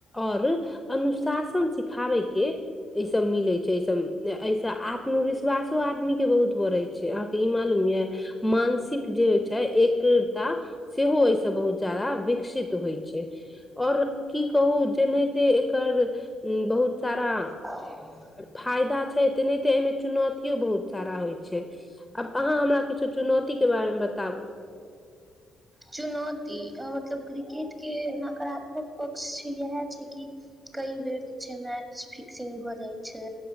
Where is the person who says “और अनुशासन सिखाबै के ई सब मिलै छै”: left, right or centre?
Centre